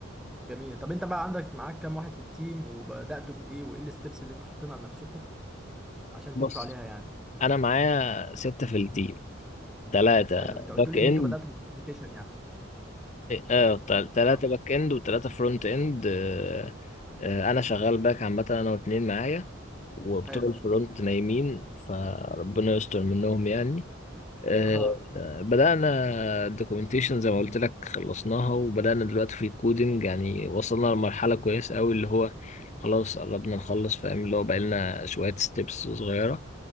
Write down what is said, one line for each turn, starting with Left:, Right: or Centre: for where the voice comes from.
Centre: جميل طب انت بقى عندك معاك كام واحد في التيم وبداتوا بايه وايه الستبس اللي انتوا حاطينها لنفسكم عشان
Left: بص
Centre: تمشوا عليها يعني
Left: انا معايا ستة في التيم ثلاثة
Centre: حلو انت
Left: باك
Centre: قلت لي
Left: اند
Centre: ان انتوا بداتوا بالبرزنتيشن يعني
Left: اه ثلاثة
Centre: اه
Left: باك اند وثلاثة فرونت اند آه، آه، انا شغال باك عامة انا واتنين معايا وبتوع
Centre: حلو
Left: الفرونت نايمين فربنا يستر منهم يعني آه،
Centre: اه
Left: بدأنا الدوكيومنتيشن زي ما قلت لك خلصناها وبدأنا دلوقتي في الكودينج يعني وصلنا لمرحلة كويسة أوي اللي هو خلاص قربنا نخلص فاهم اللي هو بقالنا شوية ستيبس صغيرة